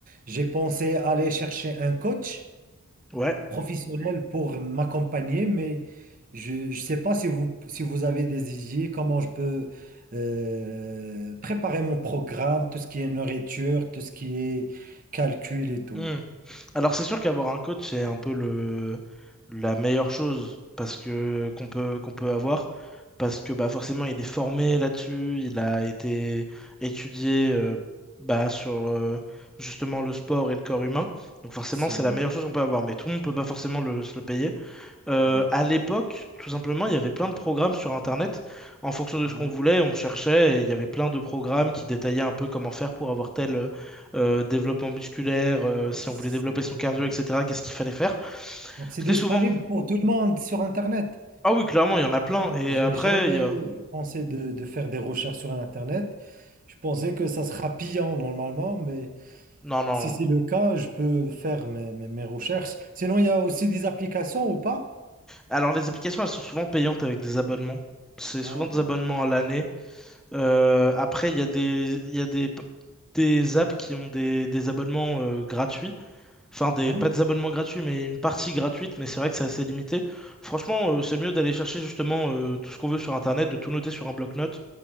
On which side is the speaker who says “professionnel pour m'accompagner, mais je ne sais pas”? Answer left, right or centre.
Right